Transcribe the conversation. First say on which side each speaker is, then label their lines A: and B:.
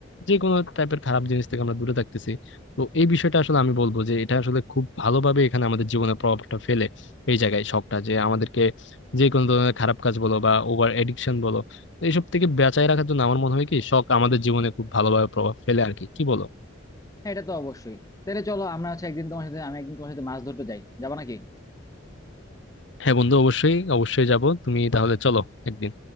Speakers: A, on the left (about 65°); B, on the left (about 15°).
A: যে কোনো টাইপের খারাপ জিনিস থেকে আমরা দূরে থাকতেছি তো এই বিষয়টা আসলে আমি বলবো যে এটা আসলে খুব ভালোভাবে এখানে আমাদের জীবনে প্রভাবটা ফেলে এই জায়গায় শখটা যে আমাদেরকে যে কোনো ধরনের খারাপ কাজ বলো বা ওভার এডিকশন বলো তো এইসব থেকে বাঁচায় রাখার জন্য আমার মনে হয় কি শখ আমাদের জীবনে খুব ভালোভাবে প্রভাব ফেলে আর কি কি বলো
B: হ্যাঁ এটা তো অবশ্যই তাহলে চলো আমরা হচ্ছে একদিন তোমার সাথে আমি একদিন তোমার সাথে মাছ ধরতে যাই যাবা নাকি
A: হ্যাঁ বন্ধু অবশ্যই অবশ্যই যাব তুমি তাহলে চলো একদিন